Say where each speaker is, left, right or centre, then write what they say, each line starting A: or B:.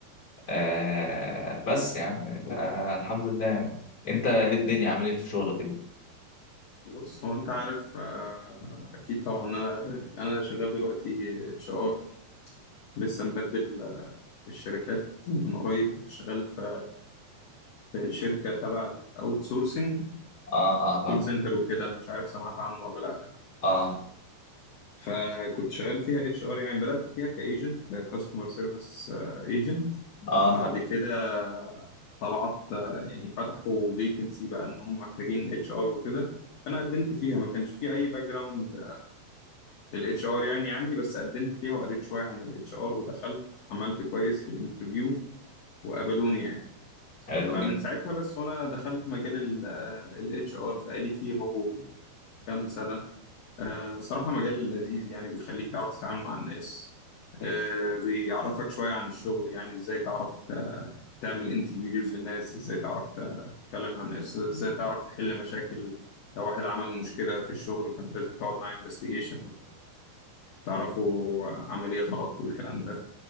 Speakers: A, on the left (about 25°); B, on the left (about 55°).
A: آه بس يعني آه الحمد لله يعني. انت إيه الدنيا عامل ايه في شغلك انت
B: بص هو انت عارف آه، اكيد طبعا انا انا شغال دلوقتي اتش ار لسه مبدل آه، الشركات من قريب كنت شغال في في شركه تبع الاوت سورسنج
A: اه اه فاهم
B: كول سنتر وكده مش عارف سمعت عنه ولا لا
A: اه
B: فكنت شغال فيها اتش ار يعني بدات فيها كايجنت ككاستمر سيرفيس ايجنت.
A: اه
B: بعد
A: فاهم
B: كده طلعت يعني فتحوا فيكنسي بقى ان هم محتاجين اتش ار وكده فانا قدمت فيها ما كانش في اي باك جراوند للاتش ار يعني عندي بس قدمت فيها وقريت شويه عن الاتش ار ودخلت عملت كويس في الانترفيو وقبلوني يعني
A: حلو
B: فمن
A: جدا
B: ساعتها بس وانا دخلت مجال الاتش ار بقالي فيه هو كام سنه آه، صراحة مجال لذيذ يعني بيخليك تعرف تتعامل مع الناس آه، بيعرفك شوية عن الشغل يعني ازاي تعرف ت- تعمل انترفيوز للناس ازاي تعرف ت- تتكلم مع الناس ازاي تعرف تحل مشاكل لو واحد عمل مشكلة في الشغل فانت لازم تقعد معاه انفستيجيشن وتعرفوا عمل ايه غلط والكلام ده